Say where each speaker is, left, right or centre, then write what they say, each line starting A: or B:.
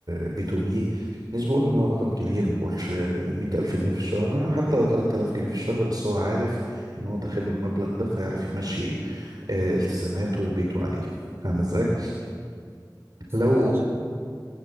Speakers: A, on the right; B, on the right.
A: بي تو بي مش بقول ان هو رقم كبير ما بقولش مية ألف جنيه في الشهر حتى لو تلات آلاف جنيه في الشهر بس هو عارف ان هو داخله المبلغ ده فيعرف يمشي ايه آه، التزاماته وبيته عليه فاهم ازاي
B: بس
A: لو
B: والله انا شايف